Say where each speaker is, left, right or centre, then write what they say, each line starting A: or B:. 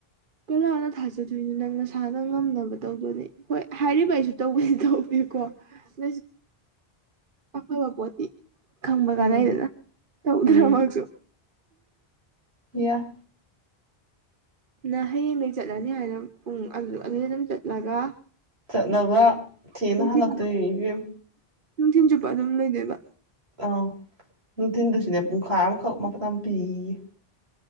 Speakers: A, on the right; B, on the right.
A: ꯀꯅꯥꯅ ꯊꯥꯖꯗꯣꯏꯅꯣ ꯅꯪ ꯅꯁꯥꯅ ꯉꯝꯅꯕ ꯇꯧꯗꯣꯏꯅꯦ ꯍꯣꯏ ꯍꯥꯏꯔꯤꯕ ꯑꯩꯁꯨ ꯇꯧꯕꯁꯤ ꯇꯧꯕꯤꯌꯨ ꯀꯣ ꯅ ꯑꯐꯕ ꯄꯣꯠꯇꯤ ꯈꯝꯕꯒꯅꯥꯏꯗꯅ
B: ꯎꯝ
A: ꯇꯧꯗ꯭ꯔ
B: ꯎꯝ
A: ꯃꯛꯁꯨ
B: ꯌꯥ
A: ꯅ ꯍꯌꯦꯡꯗꯒꯤ ꯆꯠꯂꯅꯤ ꯍꯥꯏꯅ ꯄꯨꯡ ꯑꯗꯨꯗ ꯑꯗꯨꯝ ꯆꯠꯂꯒ
B: ꯆꯠꯂꯒ ꯊꯦꯡꯅ
A: ꯅꯨꯡꯊꯤꯟ
B: ꯍꯜꯂꯛꯇ ꯏꯕꯦꯝ
A: ꯅꯨꯡꯊꯤꯟ ꯆꯨꯞꯄ ꯑꯗꯨꯝ ꯂꯩꯗꯣꯏꯕ
B: ꯑꯥ ꯅꯨꯡꯊꯤꯟꯗꯨꯁꯨꯅꯦ ꯄꯨꯡꯈꯥꯏ ꯑꯃꯈꯛ ꯃꯥꯇꯝ ꯄꯤꯌꯦ